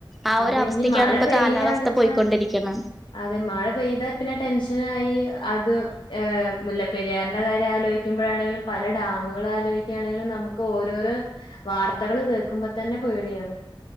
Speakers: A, in the centre; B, on the left.
A: ആ
B: അതെ
A: ഒരു അവസ്ഥക്കാണ്
B: ഇനി മഴ
A: ഇപ്പൊ
B: പെയ്യണ്ച്ചാ
A: കാലാവസ്ഥ പോയിക്കൊണ്ടിരിക്കണ
B: അതെ മഴ പെയ്താ പിന്നെ ടെൻഷനാ അയ്യ് അത് ഏ മുല്ലപ്പെരിയാറിൻ്റെകാര്യം ആലോയിക്കുമ്പോഴാണെങ്കിലും പല ഡാമുകളാലോയിക്ക മ്പഴാണെങ്കിലും നമുക്ക് ഓരോരോ വാർത്തകള് കേൾക്കുമ്പതന്നെ പേടിയാണ്